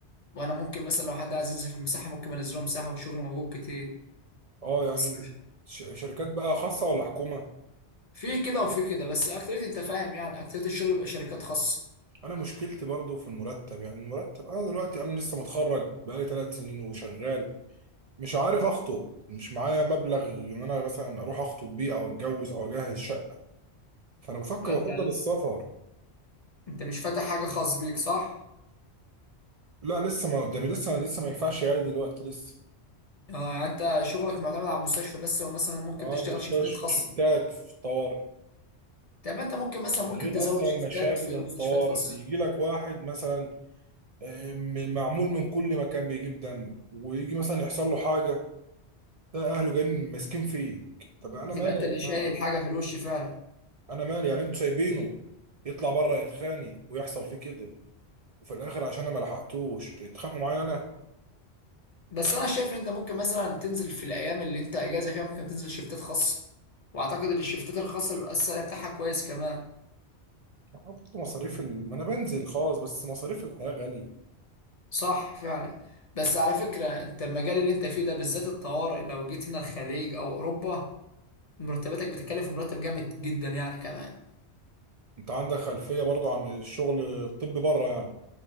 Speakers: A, on the left (about 40°); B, on the right (about 55°).
A: وانا ممكن مثلا لو حد عايز ينزل في المساحه ممكن انزله مساحه والشغل موجود كتير
B: اه يعني
A: بس
B: ش... شركات بقى خاصة ولا حكومة
A: في كده وفي كده بس اكتريت انت فاهم يعني اكتريت الشغل بيبقى شركات خاصة
B: انا مشكلتي برضو في المرتب يعني المرتب انا دلوقتي انا لسه متخرج بقالي ثلاث سنين وشغال مش عارف اخطب مش معايا مبلغ ان انا مثلا اروح اخطب بيه او اتجوز او اجهز شقة فانا بفكر
A: ما انت
B: بفضل السفر
A: انت مش فاتح حاجة خاص بيك صح؟
B: لا لسه ما قدامي لسه لسه ما ينفعش يعني دلوقتي لسه
A: اه يعني انت شغلك معتمد على المستشفى بس او مثلا ممكن
B: اه
A: تشتغل
B: المستشفى
A: شيفتات خاصة
B: شفتات في الطوارئ
A: طب ما انت ممكن مثلا
B: من
A: ممكن
B: غير
A: تزود
B: اصلا
A: شيفتات
B: المشاكل
A: في
B: اللي
A: مستشفيات
B: في الطوارئ
A: خاصة
B: بيجي لك واحد مثلا م- معمول من كل مكان بيجيب دم ويجي مثلا يحصل له حاجه ده اهله جايين ماسكين فيه طب انا
A: تبقى
B: مالي
A: انت اللي
B: يا
A: شايل
B: جماعه
A: الحاجة في الوش فعلا
B: انا مالي يعني انتوا سايبينه يطلع بره يتخانق ويحصل فيه كده وفي الاخر عشان انا ما لحقتوش تتخانقوا معايا انا
A: بس انا شايف ان انت ممكن مثلا تنزل في الايام اللي انت اجازة فيها ممكن تنزل شيفتات خاصة واعتقد ان الشيفتات الخاصة بيبقى السعر بتاعها كويس كمان
B: حط مصاريف ال... ما انا بنزل خالص بس مصاريف الحياه غاليه
A: صح فعلا بس على فكرة انت المجال اللي انت فيه ده بالذات الطوارئ لو جيت هنا الخليج او اوروبا مرتباتك بتتكلم في مرتب جامد جدا يعني كمان
B: انت عندك خلفيه برضو عن الشغل الطبي بره يعني